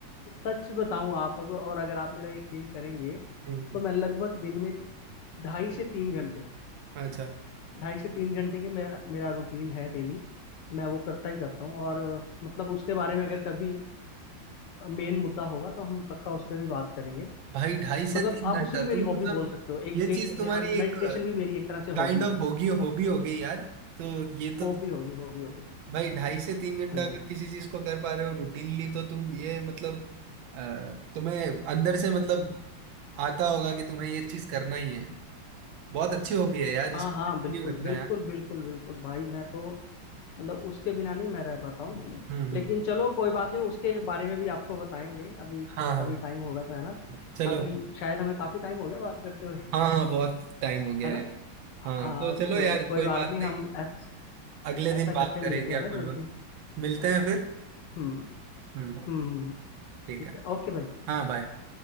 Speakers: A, on the left (about 65°); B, on the right (about 75°).
A: सच बताऊँ आप अगर- और अगर आप मेरा यकीन करेंगे
B: हम्म,
A: तो मैं लगभग दिन में ढाई से तीन घंटे
B: अच्छा
A: ढाई से तीन घंटे की मेरा मेरा रूटीन है डेली मैं वो करता ही करता हूँ और मतलब उसके बारे में अगर कभी मेन मुद्दा होगा तो हम पक्का उस पर भी बात करेंगे
B: भाई हम्म। ढाई से
A: मतलब
B: तीन
A: आप
B: घंटा
A: उसे भी मेरी
B: तुम
A: हॉबी
B: मतलब
A: बोल सकते हो एक
B: ये चीज
A: एक
B: तुम्हारी
A: ध्यान
B: एक
A: मेडिटेशन भी मेरी एक तरह से
B: काइंड
A: हॉबी
B: ऑफ
A: है
B: होगी हॉबी हो गई यार तो ये तो
A: हॉबी
B: तुम-
A: होगी हॉबी होगी
B: भाई ढाई से तीन घंटा
A: हाँ
B: अगर
A: जी
B: किसी चीज को कर पा रहे हो रूटीनली तो तुम ये मतलब अ, तुम्हें अंदर से मतलब आता होगा कि तुम्हें ये चीज करना ही है बहुत अच्छी हॉबी है यार
A: हाँ
B: इसको
A: हाँ
B: कंटिन्यू
A: बिल्कुल
B: रखना
A: बिल्कुल
B: यार
A: बिल्कुल बिल्कुल भाई मैं तो मतलब उसके बिना नहीं मैं रह पाता हूँ
B: हम्म हम्म
A: लेकिन चलो कोई बात नहीं उसके बारे में भी आपको बताएंगे अभी
B: हाँ हाँ
A: कभी टाइम होगा तो है ना
B: चलो
A: अभी शायद हमें काफी टाइम हो गया बात करते हुए
B: हाँ हाँ बहुत टाइम हो गया
A: है ना
B: है हाँ
A: हाँ
B: तो चलो
A: तो
B: यार
A: कोई
B: कोई
A: बात
B: बात
A: नहीं
B: नहीं
A: हम ऐस,
B: अगले
A: ऐसा
B: दिन
A: करते
B: बात
A: हैं
B: करेंगे
A: मिलते हैं
B: अपन
A: ना जल्दी
B: लोग मिलते हैं फिर
A: हम्म हम्म
B: हम्म
A: हम्म, हम्म,
B: ठीक
A: ठीक
B: है
A: है ओके भाई
B: हाँ बाय